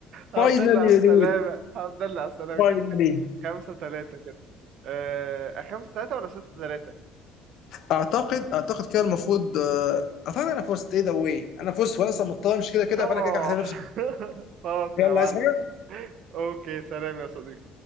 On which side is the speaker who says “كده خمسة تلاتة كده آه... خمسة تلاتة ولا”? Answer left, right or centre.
Right